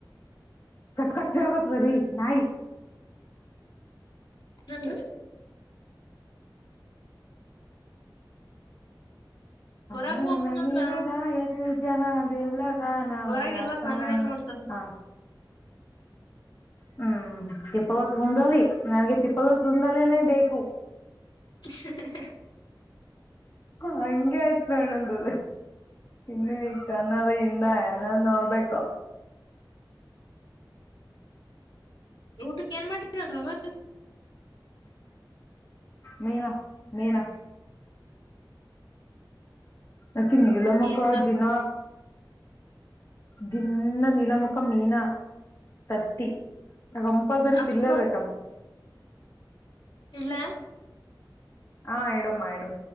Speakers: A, on the left; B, on the left.
A: ಕಟಕಟ್ ಕಿಳಾಗ ಅರಿ ನ
B: ಹ್ಮ ಹ್ಮ ಹೊರಗ್
A: ಹೇ
B: ಹೋಗ್ಬೇಕಂದ್ರ
A: ವಹ ಬ ಗಾಯತಲ್ ಜಹನ್ ಎಲ್ಲ ನಾಮಾನಥ
B: ಹೊರಗ್ ಎಲ್ಲಾರ ನನ್ನನೆ ನೋಡ್ತಾರ
A: ಹಾ ಹ್ಮ್ ತಿಪ್ಪಲ ತುಂದಲಿ ನನ್ಗೆ ತಿಪ್ಪಲ ತುಂದಲಿನೇ ಬೇಕು
B: ಹ
A: ಹಗೆ ಆಯ್ತ್ು ನೋಣಂದು ಇನ್ನು ಈ ಕನ್ನಲ್ಲಿ ಇಿಂದ ಏನ ನೋಡ್ಬೇಕು
B: ಊಟಕ್ಕೆ ಏನ್ ಮಾಡರಲ್
A: ಮೀನಾ ಮೀನಾ ಆಕಿ ನೀಲಮ್ಮಕ್ಕ
B: ಅಕ್ಕ
A: ದಿನ ದಿನ್ನ ನೀಲಮಕ್ಕಮೀನಾ ತತ್ತಿ ನಾನು ಕಂಪಲ್ಸರಿ
B: ಅಷ್ಟ್
A: ತಿನ್ನಲೆ ಬೇಕು ಅಂತಾ
B: ಇಡಲಿ
A: ಹಾ ಇಡ್ಡಮ್ಮ ಇಡು